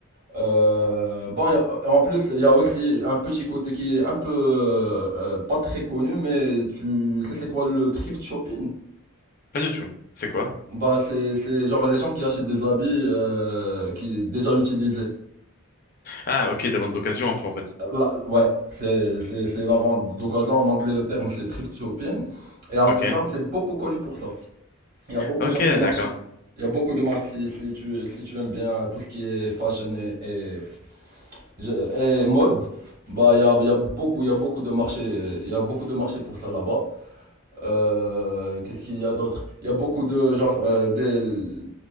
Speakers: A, on the right; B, on the left.
A: Euh, bon, il y a- en plus, il y a aussi un petit côté qui est un peu, euh, euh, pas très connu, mais tu sais c'est quoi le thrift shopping?
B: Pas du tout. C'est quoi?
A: Bah, c'est, c'est genre les gens qui achètent des habits, euh, qui déjà utilisés.
B: Ah, ok, de la vente d'occasion un peu en fait.
A: La- ouais, c'est c'est- c'est la vente d'occasion. En anglais, le terme c'est thrift shopping. Et Amsterdam,
B: Ok.
A: c'est beaucoup connu pour ça. Il y a beaucoup
B: Ok,
A: genre de marchés.
B: d'accord.
A: Il y a beaucoup de marchés si, si tu, si tu aimes bien tout ce qui est fashion et, et, je- et mode. Bah, il y a, il y a beaucoup, il y a beaucoup de marchés, il y a beaucoup de marchés pour ça là-bas. Euh, qu'est-ce qu'il y a d'autre? Il y a beaucoup de genre euh, des-